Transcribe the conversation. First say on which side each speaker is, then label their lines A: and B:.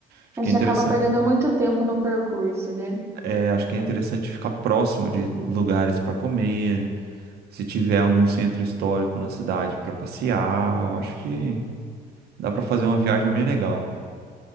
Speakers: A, on the right (about 70°); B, on the right (about 15°).
A: Acho
B: A
A: que
B: gente
A: é interessante,
B: acaba perdendo muito tempo no percurso, né?
A: é, acho que é interessante ficar próximo de lugares para comer, se tiver algum centro histórico na cidade para passear, eu acho que dá para fazer uma viagem bem legal.